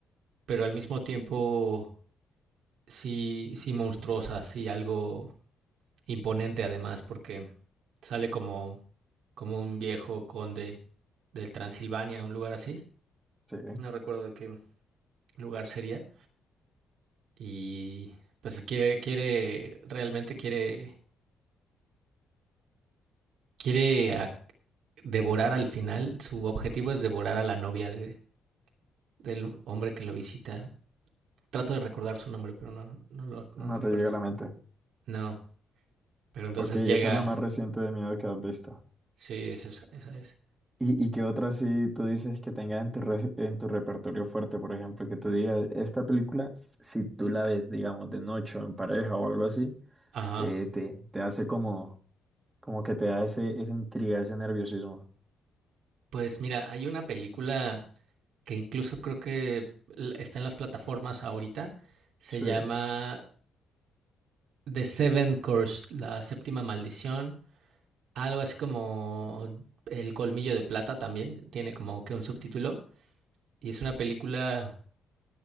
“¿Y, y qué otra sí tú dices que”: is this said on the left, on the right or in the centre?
Right